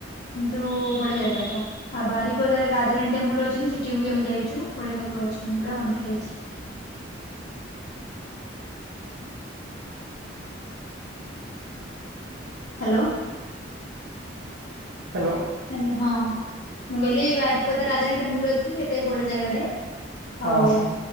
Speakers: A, on the left; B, on the right.
A: କିନ୍ତୁ ବଡଢିଆ ଯାଗାଟା। ଆଉ ବାରିପଦାରେ ରାଜାରାଣୀ ଟେମ୍ପଲ ଅଛନ୍ତି ସେଠିକୁ ବି ଆମେ ଯାଇଛୁ ବଢିଆ ଠାକୁର ଅଛନ୍ତି, ବଢିଆ ମନ୍ଦିର ଟେ ହେଇଛି। ହ୍ୟାଲୋ!
B: ହ୍ୟାଲୋ!
A: ହ୍ୟାଲୋ ହଁ ମୁଁ କହିଲିି ବାରିପଦା ରାଜାରାଣୀ ଟେମ୍ପୁଲ ଅଛି ସେଟା ବି ବଢିଆ ଜାଗା ଟାଏ।
B: ହଁ
A: ହଉ
B: ହଁ।